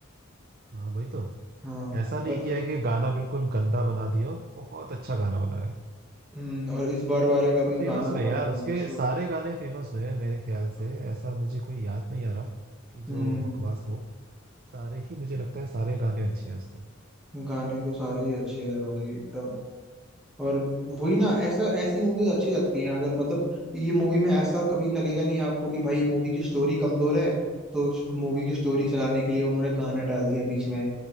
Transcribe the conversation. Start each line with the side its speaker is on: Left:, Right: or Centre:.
Right: हाँ वही तो
Centre: हाँ
Right: ऐसा नहीं
Centre: और
Right: किया है कि गाना बिल्कुल गंदा बना दिया हो, बहुत अच्छा गाना बनाया है
Centre: हम्म और इस बार वाले का
Right: और
Centre: भी
Right: फेमस
Centre: गाना
Right: हुए
Centre: काफी
Right: यार उसके
Centre: फेमस हुआ
Right: सारे गाने फेमस हुए हैं मेरे ख्याल से ऐसा मुझे कोई याद नहीं आ रहा कि
Centre: हम्म
Right: जो बकवास हो सारे ही मुझे लगता है सारे गाने अच्छे हैं उसके
Centre: गाने तो सारे ही अच्छे हैं भाई एकदम और वही ना ऐसा ऐसी मूवीज अच्छी लगती हैं अगर मतलब ये मूवी में ऐसा कभी लगेगा नहीं आपको कि भाई मूवी की स्टोरी कमजोर है तो मूवी की स्टोरी चलाने के लिए उन्होंने गाना डाल दिया बीच में